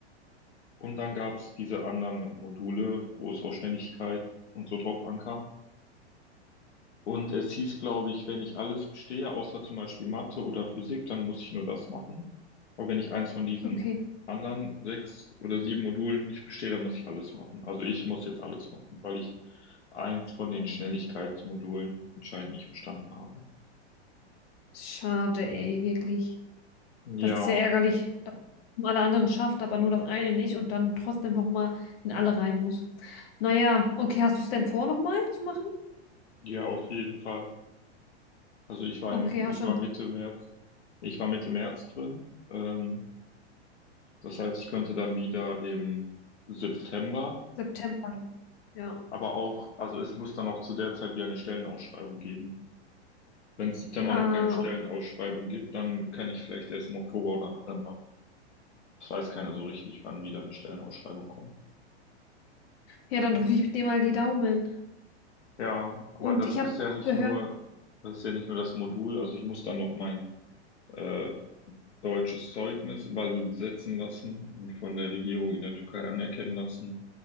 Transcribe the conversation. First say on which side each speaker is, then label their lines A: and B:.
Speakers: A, on the left; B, on the left.
A: und dann gab es diese anderen Module, wo es auf Schnelligkeit und so drauf ankam. Und es hieß, glaube ich, wenn ich alles bestehe, außer zum Beispiel Mathe oder Physik, dann muss ich nur das machen. Aber wenn ich eins von diesen
B: Okay.
A: anderen sechs oder sieben Modulen nicht bestehe, dann muss ich alles machen. Also ich muss jetzt alles machen, weil ich eins von den
B: Oh.
A: Schnelligkeitsmodulen
B: nein.
A: anscheinend nicht bestanden habe.
B: Schade, ey, wirklich.
A: Ja,
B: Das ist ja ärgerlich, dass man alle anderen schafft, aber nur das eine nicht und dann trotzdem nochmal in alle rein muss. Naja, okay, hast du es denn vor, nochmal zu machen?
A: ja, auf jeden Fall. Also ich war
B: Okay,
A: im,
B: hast
A: ich
B: schon
A: war Mitte März, ich war Mitte März drin. Ähm, das heißt, ich könnte dann wieder im September
B: September. Ja.
A: Aber auch, also es muss dann auch zu der Zeit wieder eine Stellenausschreibung geben. Wenn es September
B: Ah,
A: noch keine Stellenausschreibung
B: okay.
A: gibt, dann kann ich vielleicht erst im Oktober oder November. Das weiß keiner so richtig, wann wieder eine Stellenausschreibung kommt.
B: Ja, dann drücke ich dir mal die Daumen.
A: Ja, aber
B: Und
A: das
B: ich habe
A: ist ja
B: auch
A: nicht
B: gehört,
A: nur, das ist ja nicht nur das Modul. Also ich muss dann noch mein äh, deutsches Zeugnis übersetzen lassen und von der Regierung in der Türkei anerkennen lassen.